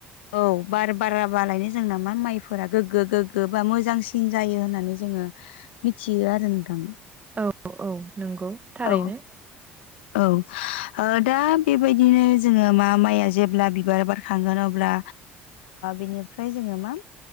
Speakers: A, on the left (about 80°); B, on the right (about 25°).
A: औ बार बाराबालायनो जोंना मा माइफोरा गोग्गो गोगो बा मोजांसिन जायो होननानै जोङो मिथियो आरो नोंथां
B: औ औ नंगौ थारैनो
A: औ औ दा बेबायदिनो जोङो मा माइया जेब्ला बिबार बारखांगोन अब्ला बिनिफ्राय जोङो मा